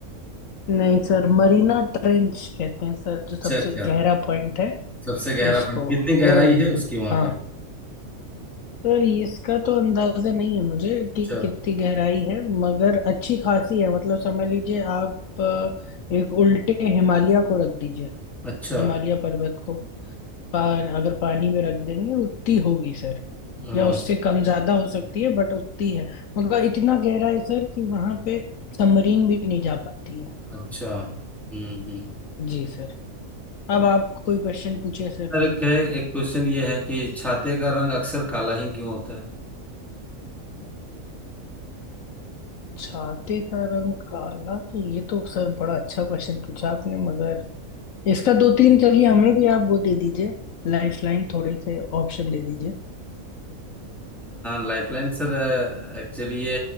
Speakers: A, on the left (about 75°); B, in the centre.
A: नहीं सर मरीना ट्रेंच कहते हैं सर
B: अच्छा
A: जो सबसे
B: अच्छा
A: गहरा पॉइंट है
B: सबसे गहरा
A: उसको
B: पॉइंट कितनी
A: वो
B: गहराई है उसकी वहां
A: हाँ
B: पे
A: सर इसका तो अंदाजा नहीं है मुझे
B: अच्छा
A: कि कितनी गहराई है मगर अच्छी खासी है मतलब समझ लीजिए आप अ, एक उल्टे हिमालय को रख दीजिए
B: अच्छा
A: हिमालय पर्वत को पान अगर पानी में रख देंगे उतनी होगी सर
B: हम्म
A: या उससे कम ज्यादा हो सकती है बट उतनी है मगर इतना गहरा है सर कि वहां पे सबमरीन भी नहीं जा पाती है
B: अच्छा हम्म हम्म
A: जी सर अब आप कोई क्वेश्चन पूछे सर
B: सर एक है एक क्वेश्चन ये है कि छाते का रंग अक्सर काला ही क्यों होता है
A: छाते का रंग काला तो ये तो सर बड़ा अच्छा क्वेश्चन पूछा आपने मगर इसका दो तीन चलिए हमें भी आप वो दे दीजिए लाइफ लाइन थोड़े से ऑप्शन दे दीजिए
B: लाइफलाइन सर एक्चुअली ये